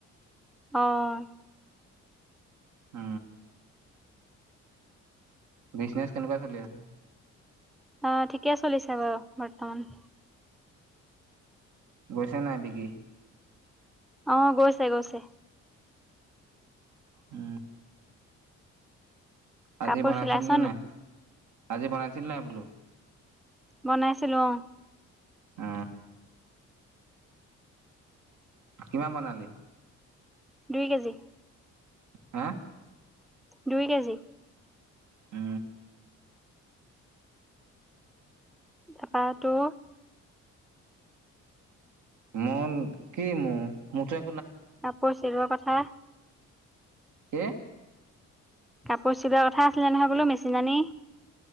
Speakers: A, in the centre; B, on the right.
A: অ'।
B: উ। বিজনেছ কেনেকুৱা চলি আছে?
A: অ' ঠিকে চলিছে বাৰু বৰ্তমান।
B: গৈছে নাই বিকি?
A: অ' গৈছে গৈছে।
B: উ। আজি
A: কাপোৰ
B: বনাইছিলি
A: চিলাইছ
B: নে নাই, আজি বনাইছিল নাই বোলো?
A: বনাইছিলো অ'।
B: উ। কিমান বনালি?
A: দুই কেজি।
B: হা?
A: দুই কেজি।
B: উ।
A: তাপা তো।
B: মোন, কি মো? মোটোৱে
A: কাপোৰ চিলোৱা কথা।
B: কি?
A: কাপোৰ চিলোৱা কথা আছিলে নহয় বোলো মেচিন আনি।